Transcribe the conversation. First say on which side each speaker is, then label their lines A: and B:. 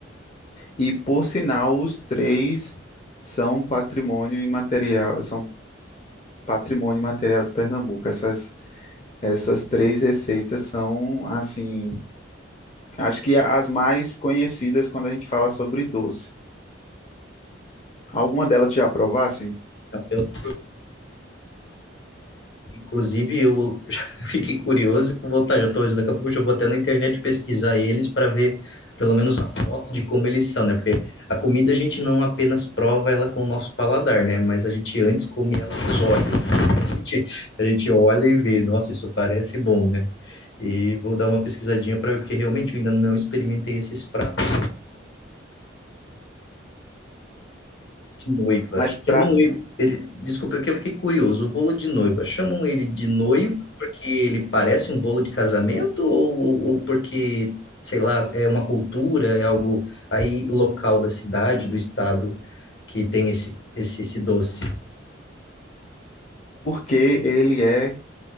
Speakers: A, on the left; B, on the left.
A: E, por sinal, os três são patrimônio imaterial, são patrimônio material de Pernambuco. Essas, essas três receitas são, assim, acho que as mais conhecidas quando a gente fala sobre doce. Alguma delas tu já provasse?
B: <laughs> não, eu não Inclusive, eu <laughs> já fiquei curioso e com vontade. Eu tô, daqui a pouco eu já vou até na internet pesquisar eles para ver pelo menos a foto de como eles são, né? Porque a comida a gente não apenas prova ela com o nosso paladar, né? Mas a gente antes come ela com os olhos, né? <laughs> A gente, a gente olha e vê, nossa, isso parece bom, né? E vou dar uma pesquisadinha para ver, porque realmente eu ainda não experimentei esses pratos. de noiva.
A: Mas pra,
B: Chamam ele, ele, desculpa, que eu fiquei curioso. O bolo de noiva, chamam ele de noiva porque ele parece um bolo de casamento ou, ou ou porque, sei lá, é uma cultura, é algo aí local da cidade, do estado que tem esse esse, esse doce?
A: porque ele é,